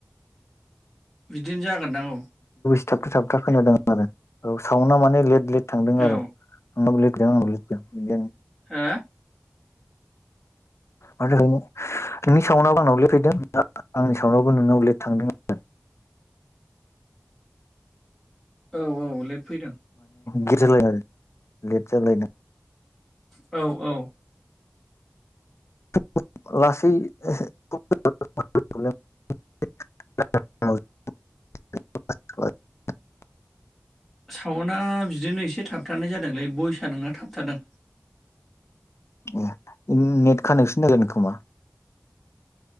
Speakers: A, in the centre; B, on the left (about 75°).
A: बिदिनो जागोन दां औ
B: थाबथा थाबथा खोनादों आरो औ सावना माने लेट लेट थांदों
A: औ
B: आरो आं <inaudible>
A: हा
B: मनो नोंनि सावनावबो आंनाव लेट फैदों आंनि सावनावबो नोंनाव लेट थांदों आरो
A: औ औ लेट फैदों
B: गिट जालाय आरो लेट जालायना
A: औ औ
B: <unintelligible>
A: सावना बिदिनो एसे थाबथानाय जादों लै भयसा नोंना थाबथादों
B: ए नेट कानेक्सन जागोन खोमा